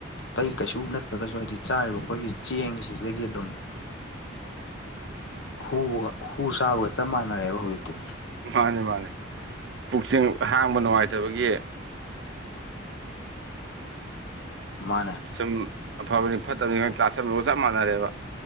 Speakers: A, on the left (about 70°); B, on the right (about 65°).
A: ꯀꯩ ꯀꯩꯁꯨ ꯅꯠꯇ꯭ꯔꯒꯁꯨ ꯍꯥꯏꯗꯤ ꯆꯥꯔꯤꯕ ꯑꯩꯈꯣꯏꯒꯤ ꯆꯦꯡꯁꯤꯡꯁꯤꯗꯒꯤ ꯑꯗꯨꯝ ꯍꯨ ꯍꯨ ꯆꯥꯕꯒ ꯆꯞ ꯃꯥꯅꯔꯦꯕ ꯍꯧꯖꯤꯛꯇꯤ
B: ꯃꯥꯅꯤ ꯃꯥꯅꯤ ꯄꯨꯛ ꯁꯦ ꯍꯥꯡꯕ ꯅꯨꯡꯉꯥꯏꯇꯕꯒꯤ
A: ꯃꯥꯅꯦ
B: ꯁꯨꯝ ꯑꯐꯕꯅꯤ ꯐꯠꯇꯕꯅꯤ ꯀꯥ ꯆꯥꯥꯁꯟꯂꯨꯔꯒ ꯆꯞ ꯃꯥꯟꯅꯔꯦꯕ